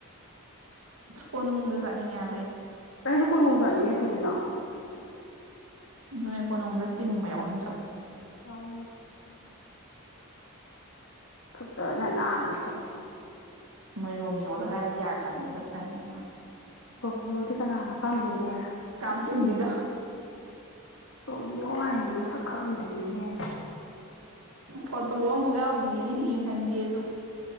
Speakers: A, on the right; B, on the left.
A: ꯀꯣꯅꯨꯡꯗ ꯆꯠꯅꯤꯡꯉꯦ ꯍꯥꯏꯕ ꯑꯩꯗꯤ
B: ꯑꯩꯁꯨ ꯀꯨꯅꯅꯨꯡ ꯆꯥꯅꯤ ꯊꯣꯏꯃꯤꯅꯥ
A: ꯑꯗꯨꯅꯦ ꯀꯣꯅꯨꯡꯗ ꯆꯤꯡꯕ ꯌꯥꯎꯅꯤꯡ
B: ꯑꯎꯅꯤ ꯀꯅ ꯅꯥꯅꯁꯅꯤ
A: ꯃꯣꯏ ꯔꯣꯃꯤꯌꯣꯗꯣ ꯍꯥꯏꯔꯗꯤ ꯌꯥꯔꯛꯀꯅꯤ ꯑꯗꯨꯗꯣ ꯇꯟꯕꯤ ꯋꯥꯅꯦ
B: ꯔꯣꯃꯤꯗꯤ ꯀꯅꯥꯅꯣ ꯀꯥꯝꯖꯤꯡꯒꯦ
A: ꯀꯝꯁꯤꯗ
B: ꯇꯣꯝꯕꯤꯌꯣ ꯍꯥꯏꯌꯦ ꯃꯁꯛ ꯈꯪꯪꯗ꯭ꯔꯤꯅꯦ
A: ꯐꯣꯇꯣ ꯑ ꯑꯃꯐ ꯌꯥꯎꯗꯦꯌꯦꯅꯦ ꯌꯦꯡꯍꯟꯒꯦꯁꯨ